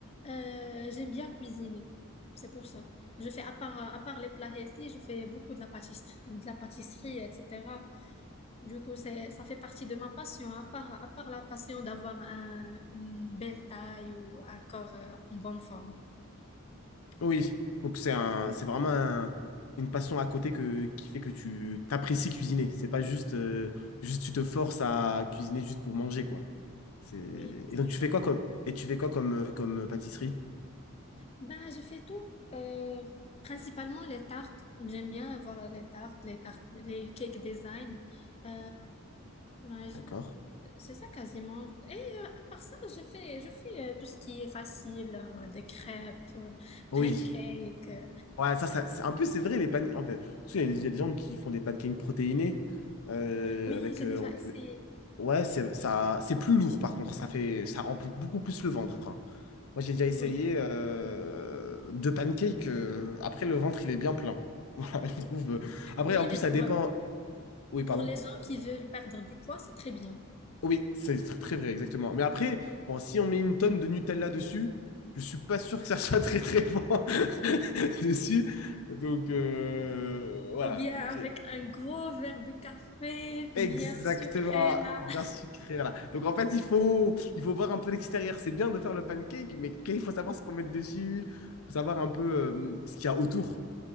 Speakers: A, on the left (about 30°); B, on the left (about 85°).
A: euh, j'aime bien cuisiner. C'est pour ça. Je fais à part, à part les plats healthy, je fais beaucoup de la pâtisserie, de la pâtisserie, etc. Du coup, c'est, ça fait partie de ma passion, à part, à part la passion d'avoir un- une belle taille ou un corps euh, en bonne forme.
B: Oui. Donc, c'est un, c'est vraiment un- une passion à côté que, qui fait que tu t'apprécies cuisiner. C'est pas juste, euh, juste tu te forces à cuisiner juste pour manger, quoi. C'est...
A: Oui,
B: Et donc,
A: c'est
B: tu
A: ça.
B: fais quoi comme, et tu fais quoi comme, euh, comme pâtisserie?
A: Ben, je fais tout. Euh, principalement les tartes. J'aime bien avoir les tartes, les tartes, les cake design. Euh, ben, je-
B: D'accord.
A: c'est ça quasiment. Et euh, à part ça, je fais, je fais euh, tout ce qui est facile, euh, des crêpes, euh,
B: Oui.
A: pancakes. Euh.
B: Ouais, ça, ça c'est... un peu, c'est vrai, les pancakes. En fait, tu sais, il y, a des- gens qui font des pancakes protéinés. euh,
A: Oui,
B: avec,
A: j'ai
B: euh,
A: déjà
B: on peut...
A: essayé.
B: Ouais, c'est, ça, c'est plus lourd, par contre. Ça fait, ça remplit beaucoup plus le ventre. hein. Moi, j'ai déjà essayé
A: Oui.
B: euh, deux pancakes. euh, Après, le ventre, il est bien plein. <laughs> Voilà, je trouve. euh. Après,
A: Oui,
B: en plus,
A: mais
B: ça
A: pour,
B: dépend. Oui,
A: Pour
B: pardon.
A: les gens qui veulent perdre du poids, c'est très bien.
B: Oui, c'est tr- très vrai, exactement. Mais après, bon, si on met une tonne de Nutella dessus, je suis pas sûr que ça soit très très bon <laughs> dessus. Donc euh, voilà,
A: Ou bien
B: Donc,
A: avec un gros verre de café bien
B: exactement,
A: sucré là.
B: bien sucré. Voilà. Donc en fait, il faut il faut voir un peu l'extérieur. C'est bien de faire le pancake, mais qu'il faut savoir ce qu'on met dessus, faut savoir un peu euh, ce qu'il y a autour.